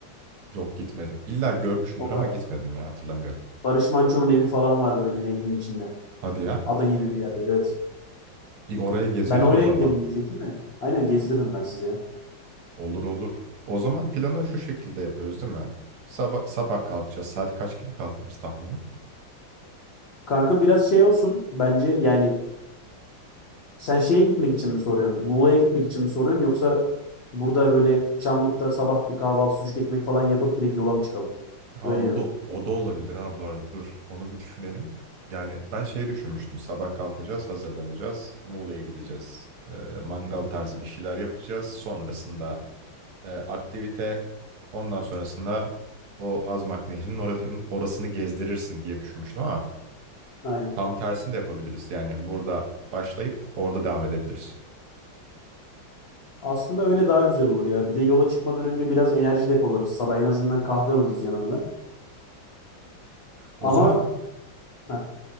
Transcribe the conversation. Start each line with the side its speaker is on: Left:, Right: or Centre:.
Right: Yok gitmedim. İlla görmüşsündür
Left: O Ba-
Right: ama gitmedim ya hatırlamıyorum.
Left: Barış Manço'nun evi falan var böyle nehrin içinde.
Right: Hadi ya.
Left: Ada gibi bir yerde evet.
Right: E, orayı gezeriz
Left: Ben oraya
Right: o zaman.
Left: gidelim diyecektim de. Aynen gezdiririm ben sizi ya.
Right: Olur olur. O zaman planı şu şekilde yapıyoruz değil mi? Sabah, sabah kalkacağız. Saat kaç gibi kalkarız tahminen?
Left: Kanka biraz şey olsun bence yani sen şeye gitmek için mi soruyorsun? Muğla'ya gitmek için mi soruyorsun yoksa burada böyle Çamlık'ta sabah bir kahvaltı sucuk ekmek falan yapıp direkt yola mı çıkalım?
Right: Ha
Left: Öyleli
Right: o
Left: mi?
Right: da o da olabilir ha bu arada. Dur onu bir düşünelim. Yani ben şey düşünmüştüm. Sabah kalkacağız, hazırlanacağız. Muğla'ya gideceğiz. E, mangal tarzı bir şeyler yapacağız. Sonrasında e, aktivite. Ondan sonrasında o Azmak Nehri'nin orası- orasını gezdirirsin diye düşünmüştüm ama
Left: Aynen.
Right: Tam tersini de yapabiliriz. Yani burada başlayıp orada devam edebiliriz.
Left: Aslında öyle daha güzel olur ya. Bir de yola çıkmadan önce biraz enerji depolarız. Sabah en azından kahve alırız yanımıza.
Right: O
Left: Ama
Right: zaman
Left: heh,